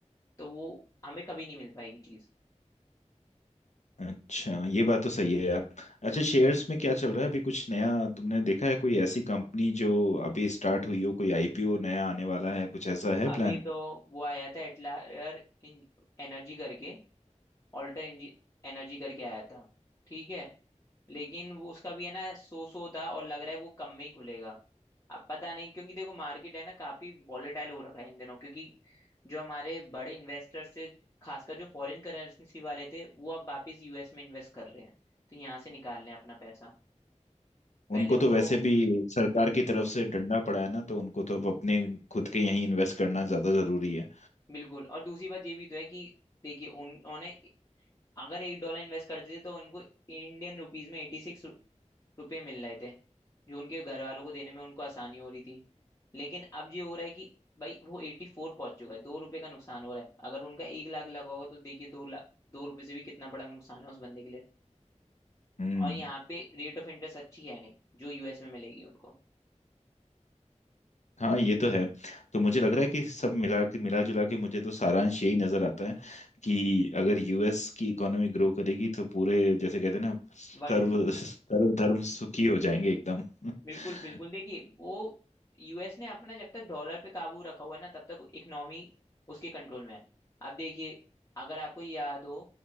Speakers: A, on the left; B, on the left.
A: तो वो हमें कभी नहीं मिल पाएगी चीज़
B: अच्छा ये बात तो सही है यार अच्छा शेयर्स में क्या चल रहा है अभी कुछ नया तुमने देखा है कोई ऐसी कंपनी जो अभी स्टार्ट हुई हो कोई आईपीओ नया आने वाला है कुछ ऐसा है
A: अभी
B: प्लान
A: तो वो आया था एटलायर एनर्जी करके ऑल्टर एनर्जी करके आया था ठीक है लेकिन वो उसका भी है ना सो सो था और लग रहा है वो कम में ही खुलेगा अब पता नहीं क्योंकि देखो मार्केट है ना काफी वॉलेटाइल हो रखा है इन दिनों क्योंकि जो हमारे बड़े इन्वेस्टर्स से खासकर जो फॉरेन करेंसी वाले थे वो अब वापस यूएस में इन्वेस्ट कर रहे हैं तो यहाँ से निकाल रहे हैं अपना पैसा पहले
B: उनको
A: उनको
B: तो वैसे भी सरकार
A: हम्म
B: की तरफ से डंडा पड़ा है ना तो उनको तो अब अपने खुद के यहीं इन्वेस्ट करना ज्यादा जरूरी है
A: बिल्कुल और दूसरी बात ये भी तो है कि देखिए उन्होंने अगर एक डॉलर इन्वेस्ट करते थे तो इनको इंडियन रुपीज में एटी सिक्स रुपए मिल रहे थे जो उनके घर वालों को देने में उनको आसानी हो रही थी लेकिन अब ये हो रहा है कि भाई वो एट्टी फोर पहुंच चुका है दो रुपए का नुकसान हो रहा है अगर उनका एक लाख लगा होगा तो देखिए दो लाख दो रुपए से भी कितना बड़ा नुकसान है उस बंदे के लिए
B: हम्म
A: और यहाँ पे रेट ऑफ इंटरेस्ट अच्छी है नहीं जो यूएस में मिलेगी उनको
B: हाँ ये तो है तो मुझे लग रहा है कि सब मिला के मिला जुला के मुझे तो सारांश यही नजर आता है कि अगर यूएस की इकोनॉमी ग्रो करेगी तो पूरे जैसे कहते हैं ना सर्व
A: वर्ल्ड की
B: सर्व धर्म सुखी हो जाएंगे एकदम <laughs>
A: बिल्कुल बिल्कुल देखिए वो यूएस ने अपना जब तक डॉलर पे काबू रखा हुआ है ना तब तक इकोनॉमी उसके कंट्रोल में है अब देखिए अगर आपको याद हो